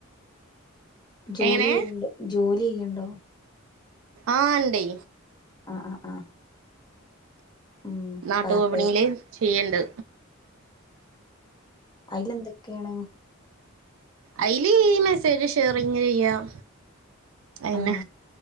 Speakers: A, on the left; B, on the right.
A: ജോലി
B: എങ്ങനെ
A: ചെയ്യണ്ട ജോലി ചെയ്‌ണ്ടോ
B: ആഹ ഉണ്ടേ
A: ആ ആ ആ ഉം
B: <unintelligible>
A: പാർട്ട് ടൈം
B: ചെയ്യണ്ട്
A: അയിൽ എന്തൊക്കെണ്
B: അതില് ഈ മെസ്സേജ് ഷെയറിങ്ങ് ചെയ്യാം അയന്നെ.
A: ആ